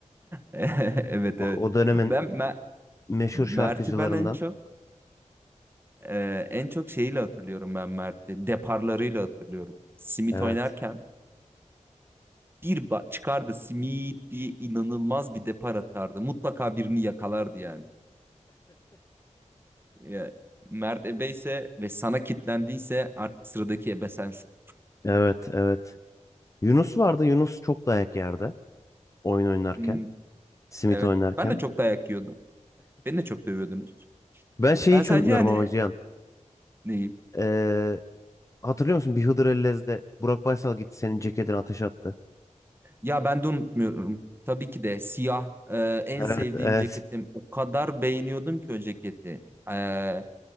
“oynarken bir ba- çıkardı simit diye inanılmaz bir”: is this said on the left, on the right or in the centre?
Right